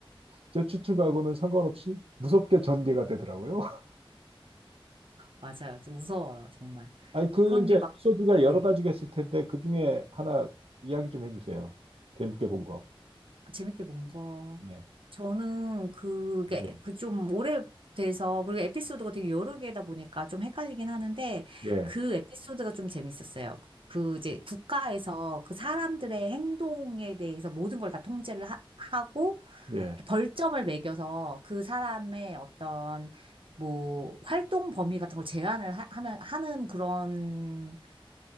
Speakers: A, on the right; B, on the right.
A: 제 추측하고는 상관없이 무섭게 전개가 되더라고요.
B: 맞아요. 좀 무서워요, 정말.
A: 아니 그
B: 그런데
A: 이제 에피소드가
B: 막,
A: 여러
B: 네.
A: 가지가 있을 텐데 그 중에 하나 이야기 좀 해주세요. 재밌게 본 거.
B: 재밌게 본 거.
A: 예,
B: 저는 그게,
A: 예,
B: 그 좀 오래돼서, 그리고 에피소드가 되게 여러 개다 보니까 좀 헷갈리긴 하는데,
A: 예,
B: 그 에피소드가 좀 재밌었어요. 그 이제 국가에서 그 사람들의 행동에 대해서 모든 걸 다 통제를 하, 하고,
A: 예.
B: 벌점을 매겨서 그 사람의 어떤, 뭐, 활동 범위 같은 걸 제한을 하, 하면, 하는 그런